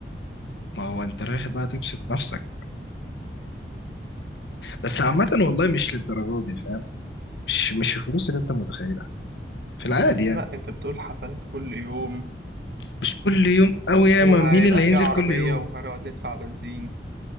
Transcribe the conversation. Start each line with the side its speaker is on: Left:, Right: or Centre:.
Left: ما هو انت رايح بقى تبسط نفسك بس عامة والله مش للدرجة دي فاهم مش مش الفلوس اللي انت متخيلها في العادي
Right: بس
Left: يعني
Right: لأ انت بتقول حفلات كل يوم
Left: مش كل يوم قوي ياما
Right: وهيبقى
Left: مين اللي هينزل
Right: في عربية
Left: كل يوم
Right: وهنقعد ندفع بنزين